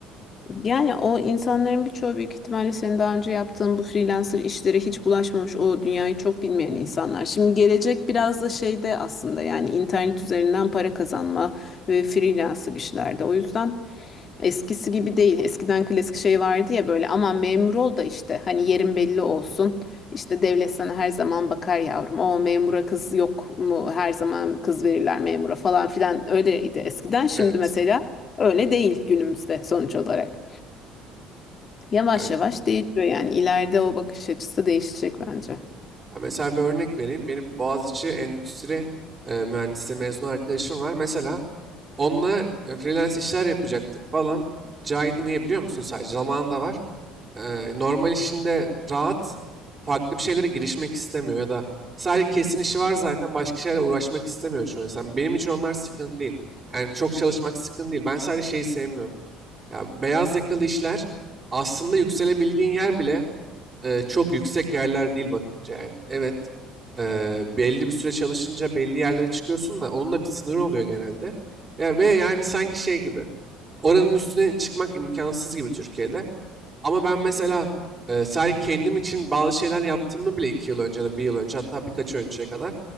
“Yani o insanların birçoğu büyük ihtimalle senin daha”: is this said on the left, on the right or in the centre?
Left